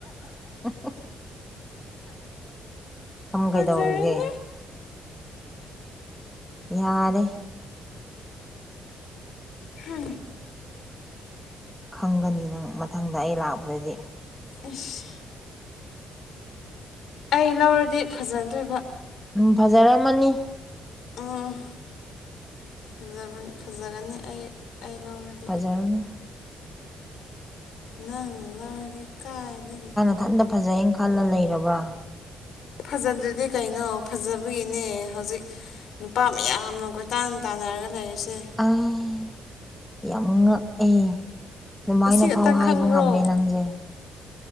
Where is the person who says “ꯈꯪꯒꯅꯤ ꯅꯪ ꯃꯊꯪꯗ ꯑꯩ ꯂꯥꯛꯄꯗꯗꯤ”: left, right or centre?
Centre